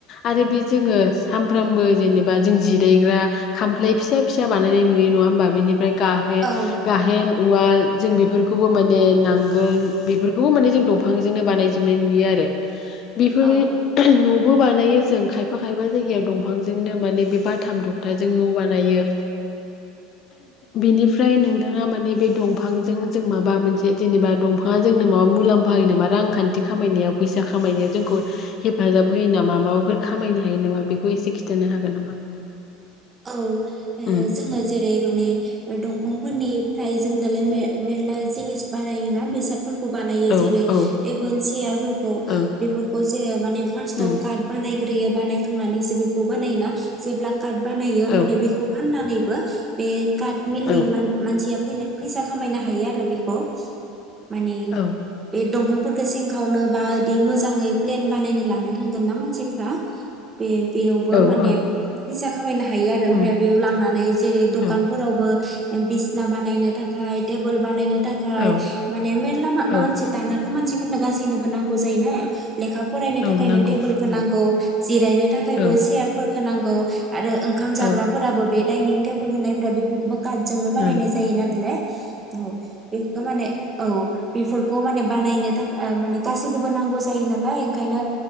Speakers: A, on the left; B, on the right.
A: आरो बे जोङो सानफ्रामबो जेनेबा जों जिरायग्रा खामफ्लाय फिसा फिसा बानायनाय नुयो नङा होमबा बेनि बे गाहे
B: औ
A: गाहेन उवाल जों बेफोरखौबो माने नांगोल बेफोरखौबो माने जों दंफांजोंनो बानायजोबनाय नुयो आरो। बेफोरनि
B: औ
A: न'बो बो बानायो जों खायफा खायफा जायगायाव‌ दंफांजोंनो माने बे बाथाम थखथाजों न' बानायो बेनिफ्राय नोंथाङा माने बे दंफांजों जों माबा मोनसे जेनेबा दंफाङा जोंनो माबा मुलाम्फा होयो नामा रांखान्थि खामायनायाव फैसा खामायनायाव जोंखौ हेफाजाब होयो नामा माबाफोर खामायनो हायो नामा बेखौ एसे खिन्थानो हागोन नामा?
B: औ
A: उम
B: जोङो जेरै माने दंफांफोरनि फ्राय जों दालाय मेरला जिनिस बानायोना बेसाद। फोरखौ बानायो
A: औ
B: जेरै
A: औ
B: टेबोल चेयारफोरखौ
A: ओं
B: बेफोरखौ जेरै माने फार्स्टाव
A: उम
B: काथ बानायग्रोयो बानायखांनानैसो बेखौ बानायोना जेब्ला काथ बानायो होमबानिया
A: औ
B: बेखौ फाननानै बो बे काटमिलनि
A: औ
B: मान-मानसिया फैसा खामायनो हायो आरो बेखौ। माने
A: औ
B: बे दंफांफोरखौ सिं खावनो बा इदि मोजाङै प्लेन बानायनो लाना थांगोन ना मानसिफ्रा बे बेयावबो
A: औ
B: माने
A: औ
B: फैसा खामायनो हायो आरो ओमफ्राय
A: उम
B: बेयाव लांनानै जेरै दखानफोरावबो
A: औ
B: बिसना बानायनो थाखाय टेबोल बानायनो थाखाय
A: औ
B: माने मेरला मानसि
A: औ
B: दानाथ' मानसि फोरनो गासैनोबो नांगौ जायोना लेखा फरायनो
A: औ
B: थाखायनो
A: नांगौ
B: टेबोलखौ
A: उम
B: नांगौ जिरायनो थाखायबो
A: औ
B: सेयारफोरखौ होनांगौ आरो ओंखाम
A: औ
B: जाग्राफोराबो बे डाइनिं टेबोल होननायफोरा बेफोरखौबो काथजोंनो बानायनाय
A: उम
B: जायोना दालाय औ बेखौ माने औ बेफोरखौ माने बानायनो थाखाय माने गासैनोबो नांगौ जायो नालाय ओंखायनो